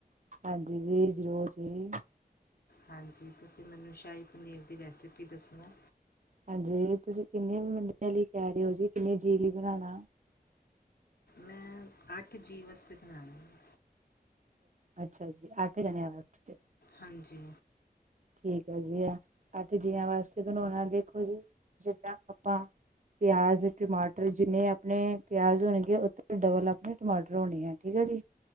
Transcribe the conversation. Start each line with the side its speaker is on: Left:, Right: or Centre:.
Right: ਹਾਂਜੀ ਜੀ, ਜ਼ਰੂਰ ਜੀ।
Left: ਹਾਂਜੀ। ਤੁਸੀਂ ਮੈਨੂੰ ਸ਼ਾਹੀ ਪਨੀਰ ਦੀ ਰੈਸਿਪੀ ਦੱਸਣਾ।
Right: ਹਾਂਜੀ। ਤੁਸੀਂ ਕਿੰਨੇ ਬੰਦਿਆਂ ਲਈ ਕਹਿ ਰਹੇ ਹੋ ਜੀ, ਕਿੰਨੇ ਜੀਅ ਲਈ ਬਣਾਉਣਾ।
Left: ਮੈਂ ਅੱਠ ਜੀਵ ਵਾਸਤੇ ਬਣਾਉਣੇ ਹੈ।
Right: ਅੱਛਾ ਜੀ। ਆ ਕੇ ਜਾਿਆ ਵਜਤੇ
Left: ਹਾਂਜੀ।
Right: ਠੀਕ ਹੈ ਜੀ। ਆ ਅੱਠ ਜੀਆਂ ਵਾਸਤੇ ਬਣਾਉਣਾ ਦੇਖੋ ਜੀ, ਜਿੱਦਾਂ ਆਪਾਂ ਪਿਆਜ਼, ਟਮਾਟਰ ਜਿੰਨੇ ਆਪਣੇ ਪਿਆਜ਼ ਹੋਣਗੇ ਓਤੋ ਦੀ ਡਬਲ ਅਪਣੇ ਟਮਾਟਰ ਹੋਣੇ ਐ, ਠੀਕ ਐ ਜੀ।